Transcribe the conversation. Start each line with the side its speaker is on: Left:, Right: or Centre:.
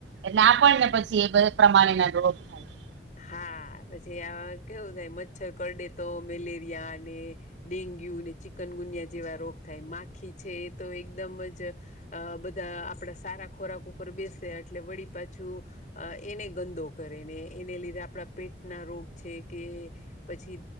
Right: એટલે આપણ ને પછી એ બધ પ્રમાણેના રોગ થાય
Left: હા પછી આ કેવું થાય મચ્છર કરડે તો મેલેરિયા અને ડેન્ગ્યુ ને ચિકનગુનિયા જેવા રોગ થાય માખી છે એ તો એકદમ જ અ બધા આપડા સારા ખોરાક ઉપર બેસે એટલે વળી પાછું અ એને ગંદો કરે ને એને લીધે આપણા પેટના રોગ છે કે પછી